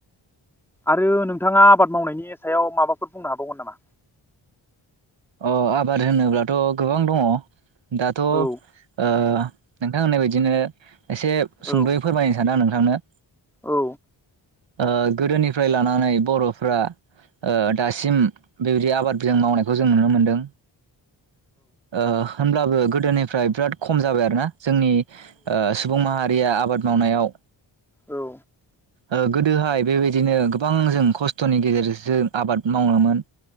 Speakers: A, in the centre; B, on the right.
A: आरो नोंथांङा आबाद मावनायनि सायाव माबाफोर बुंनो हाबावगोन नामा?
B: अ आबाद होनोब्लाथ' गोबां दङ। दाथ' ओ
A: औ
B: नोंथां होननाय बादिनो एसे
A: औ
B: सुंद'यै फोरमायनो सानो आं नों थांनो
A: औ
B: ओ गोदोनिफ्राय लानानै बर'फ्रा ओ दासिम बेबायदि आबाद बिदां मावनायखौ जों नुनो मोनदों। ओ होनब्लाबो गोदोनिफ्राय बिराद खम जाबाय आरो ना जोंनि औ सुबुं माहारिया आबाद मावनायाव
A: औ
B: ओ गोदोहाय बेबायदिनो गोबां जों खस्थ'नि गेजेरजोंसो आबाद मावोमोन